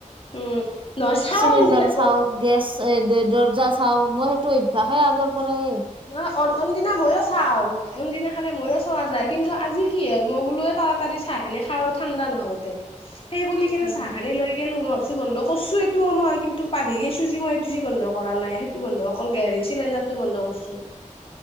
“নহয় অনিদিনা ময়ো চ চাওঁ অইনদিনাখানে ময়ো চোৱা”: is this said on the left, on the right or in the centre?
Left